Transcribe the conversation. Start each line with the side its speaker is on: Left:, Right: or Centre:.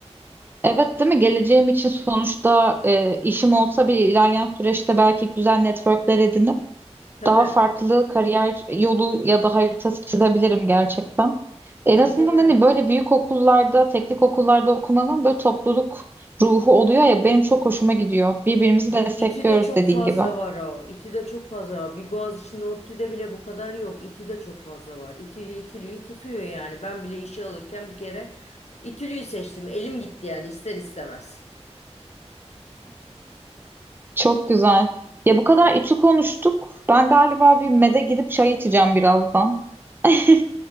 Right: Evet değil mi? Geleceğim için sonuçta e, işim olsa bir ilerleyen süreçte belki güzel networkler edinip
Left: Tabii,
Right: daha farklı kariyer yolu ya da haritası çizebilirim gerçekten. En
Left: tabii
Right: azından
Left: tabii.
Right: hani böyle büyük okullarda, teknik okullarda okumanın böyle topluluk ruhu oluyor ya benim çok hoşuma gidiyor. Birbirimizi
Left: Bir,
Right: destekliyoruz
Left: İTÜ'de çok
Right: dediğin
Left: fazla
Right: gibi.
Left: var o. İTÜ'de çok fazla var. Bir Boğaziçi'nde ODTÜ'de bile bu kadar yok. İTÜ'de çok fazla var. İTÜ'lü İTÜ'lüyü tutuyor yani. Ben bile işe alırken bir kere İTÜ'lüyü seçtim. Elim gitti yani ister istemez.
Right: Çok güzel. Ya bu kadar içi konuştuk. Ben galiba bir mede gidip çay içeceğim birazdan. <laughs>